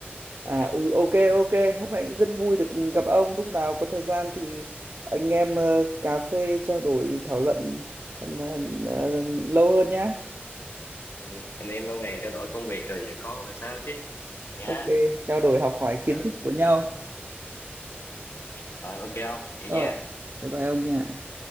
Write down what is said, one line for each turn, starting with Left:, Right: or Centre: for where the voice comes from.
Right: à
Left: Hả?
Right: ừ ok ok hôm nay cũng rất vui được gặp ông lúc nào có thời gian thì anh em ờ, cà phê trao đổi thảo luận ờ, ờ, ờ, lâu hơn nhá
Left: ừ, anh em lâu ngày trao đổi công việc rồi vợ con rồi sao chứ vậy
Right: ok
Left: ha
Right: trao đổi học hỏi
Left: ừ
Right: kiến thức của nhau
Left: rồi ok không vậy
Right: ờ
Left: nha
Right: bye bye ông nha